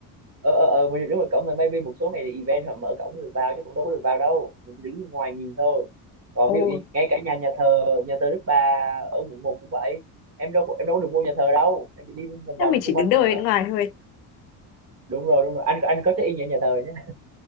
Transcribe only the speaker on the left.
ồ
thế mình chỉ
đứng
đợi
bên ngoài thôi